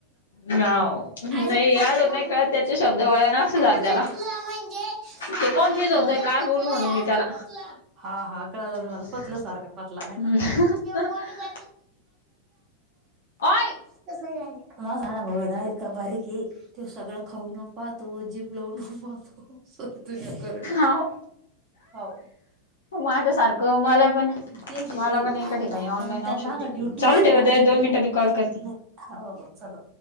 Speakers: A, on the left; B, on the right.
A: हो
B: अरे
A: नाही याद
B: पतरा
A: नाही
B: म्हणजे,
A: कळत त्याचे शब्द वळण असं
B: अरे
A: झालं
B: पतला
A: त्याला
B: म्हणजे म्हणजे
A: ते कोण? तेच होतय,
B: तो लय
A: काय
B: पतला
A: बोलू म्हणू
B: आहे
A: मी
B: असं
A: त्याला.
B: पतला. हा हा कळालं
A: <unintelligible>
B: मला पतलू सारखा पतला आहे ना. ते <unintelligible>
A: ओय
B: माझा लहाणा भाऊ ना इतका बारीक आहे. तो सगळ खाऊनही पाहतो. जिम लावूनही पाहतो. करली
A: अहो,
B: हो
A: माझ्या सारख. मला पण
B: तेच आहे
A: मला
B: ते
A: पण एक ठीकाणी ऑनलाईन
B: पण मग त्यान
A: औषध
B: माग
A: ते,
B: न्यूट्रिशन
A: चालू ठेवा
B: आणले
A: ताई‌ मी दोन
B: होते
A: मिनिटात कॉल करते.
B: नाही हो बचलो